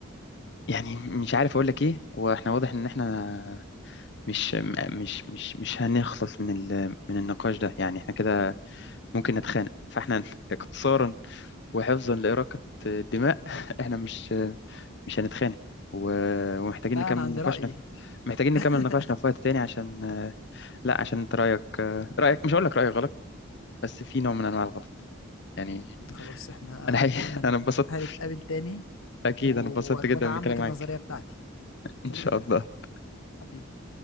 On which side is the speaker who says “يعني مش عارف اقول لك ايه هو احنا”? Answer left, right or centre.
Left